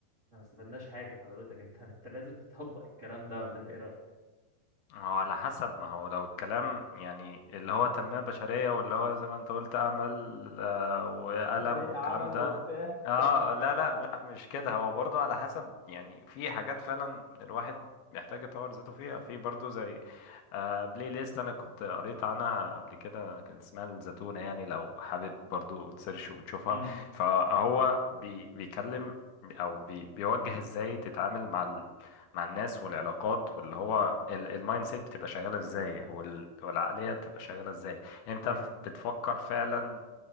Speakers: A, on the right; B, on the left.
A: احنا ما استفدناش حاجه حضرتك انت انت لازم تطبق الكلام ده ولا انت ايه رايك؟
B: هو على حسب ما هو لو الكلام يعني اللي هو تنمية بشرية واللي هو زي ما انت قلت أمل آه، وألم
A: عمل ايه
B: والكلام
A: عمل
B: ده
A: وبتاع
B: اه
A: مش عارف
B: آه،
A: ايه
B: لا لا لا مش كده هو برضو على حسب يعني في حاجات فعلا الواحد محتاج يطور ذاته فيها في برضو زي آه بلاي ليست انا كنت قريت عنها قبل كده كان اسمها الزتونة يعني لو حابب برضو تسيرش وتشوفها
A: امم
B: فهو بي بيكلم او بي بيوجه ازاي تتعامل مع مع الناس والعلاقات واللي هو ال- المايند سيت بتبقى شغالة ازاي وال- والعقلية بتبقى شغالة ازاي انت
A: ايوه
B: ف- بتفكر فعلا